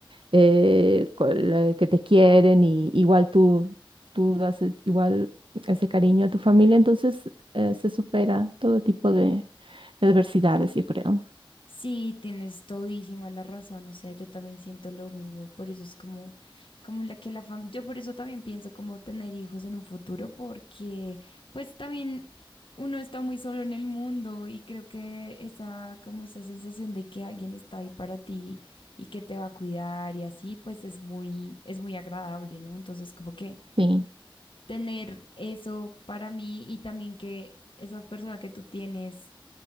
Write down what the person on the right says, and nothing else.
eh, con la que te quieren y igual tú, tú das e- igual ese cariño a tu familia, entonces eh, se supera todo tipo de de adversidades, yo creo.
Sí.